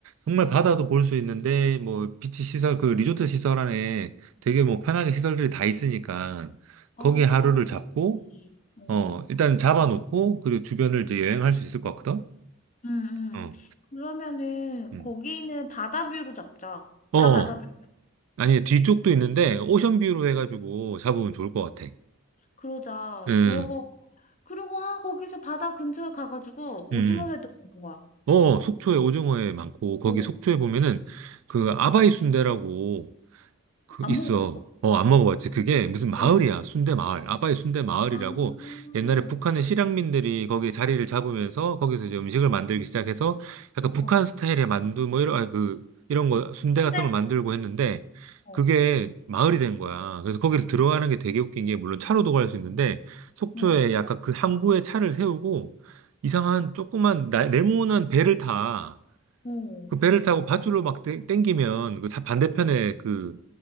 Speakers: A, on the right; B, on the left.
A: 정말 바다도 볼 수 있는데, 뭐, 비치 시설, 그 리조트 시설 안에 되게 뭐 편하게 시설들이 다 있으니까,
B: 어,
A: 거기 하루를 잡고,
B: 그치. 어.
A: 어, 일단 잡아놓고, 그리고 주변을 이제 여행할 수 있을 것 같거든?
B: 응, 응.
A: 어,
B: 그러면은
A: 음.
B: 거기는 바다뷰로 잡자.
A: 어,
B: 다 바다뷰.
A: 아니, 뒤쪽도 있는데, 오션뷰로 해가지고 잡으면 좋을 것 같아.
B: 그러자.
A: 음,
B: 그러고, 그러고, 아, 거기서 바다 근처에 가가지고
A: 음.
B: 오징어 회도 먹는 거야.
A: 어, 속초에 오징어회 많고, 거기
B: 어,
A: 속초에 보면은 그 아바이 순대라고, 그
B: 안
A: 있어.
B: 먹어봤어.
A: 어, 안 먹어봤지. 그게 무슨 마을이야.
B: 어.
A: 순대 마을. 아바이 순대 마을이라고
B: 아,
A: 옛날에 북한의 실향민들이 거기에 자리를 잡으면서 거기서 이제 음식을 만들기 시작해서 약간 북한
B: 어,
A: 스타일의 만두 뭐 이런, 아니, 그, 이런 거, 순대
B: 순대?
A: 같은 걸 만들고 했는데
B: 어,
A: 그게 마을이 된 거야. 그래서 거기를 들어가는 게 되게 웃긴 게 물론 차로도 갈 수 있는데 속초에
B: 어
A: 약간 그 항구에 차를 세우고 이상한 조그만 나- 네모난 배를 타.
B: 어.
A: 그 배를 타고 밧줄로 막 땡- 땡기면 그 사- 반대편에 그